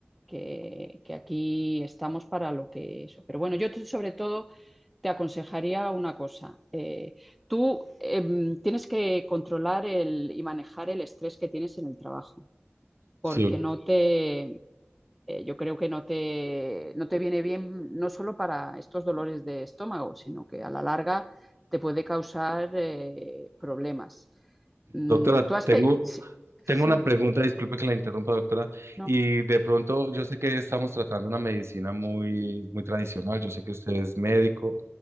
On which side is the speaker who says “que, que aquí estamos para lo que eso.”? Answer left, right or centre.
Centre